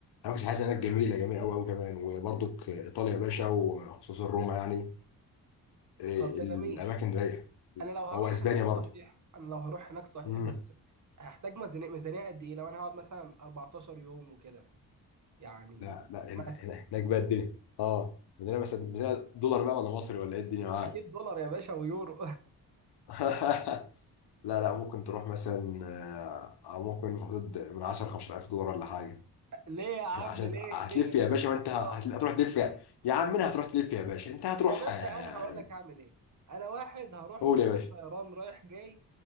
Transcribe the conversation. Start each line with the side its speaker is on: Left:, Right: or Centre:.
Left: أماكن سياحية هناك جميلة جميلة أوي أوي كمان وبرضك إيطاليا يا باشا وخصوصا روما يعني إيه،
Right: طب ده
Left: الأماكن
Right: جميل
Left: رايقة
Right: انا لو هروح
Left: هو أسبانيا
Right: هناك
Left: برضه
Right: صحيح انا لو هروح هناك صحيح
Left: مم.
Right: بس هحتاج ميزانية ميزانية قد ايه لو انا هقعد مثلا 14 يوم وكده يعني
Left: لا لا هنا
Right: مثلا
Left: هنا هناك بقى الدنيا أه ميزانية بس ميزانية دولار بقى ولا مصري ولا إيه الدنيا معاك
Right: اكيد دولار يا باشا ويورو
Left: <laughs> لا لا ممكن تروح مثلا آه، أو ممكن في حدود من 10 15000 دولار ولا حاجة
Right: <laughs> ليه يا عم
Left: عشان عشان
Right: ليه
Left: هتلف
Right: ليه ليه
Left: يا
Right: ان
Left: باشا
Right: شاء
Left: ما أنت
Right: الله
Left: هت- هتروح تلف يا يا عم منها هتروح تلف يا باشا أنت هتروح
Right: يا باشا
Left: آه،
Right: انا هقول لك هعمل ايه انا واحد هروح
Left: قول
Right: تذاكر
Left: يا باشا
Right: طيران رايح جاي